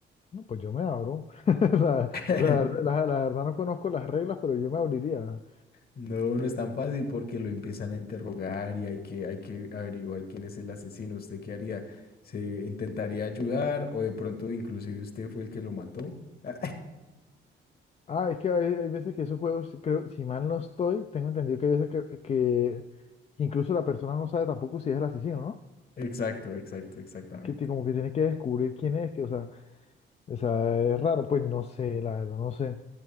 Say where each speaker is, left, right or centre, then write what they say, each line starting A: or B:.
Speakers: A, on the left; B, on the left.
A: No, pues yo me abro. <laughs> La,
B: <laughs>
A: la- la- la verdad no conozco las reglas, pero yo me abriría.
B: No, no es tan fácil porque lo empiezan a interrogar y hay que, hay que averiguar quién es el asesino. ¿Usted qué haría? ¿Se intentaría ayudar o de pronto inclusive usted fue el que lo mató? <laughs>
A: Ah, es que hay, hay veces que esos juegos, creo, si mal no estoy, tengo entendido que hay veces que, que incluso la persona no sabe tampoco si es el asesino, ¿no?
B: Exacto, exacto, exactamente.
A: que te- como que tienes que descubrir quién es, que, o sea, o sea, es raro, pues no sé, la verdad, no sé.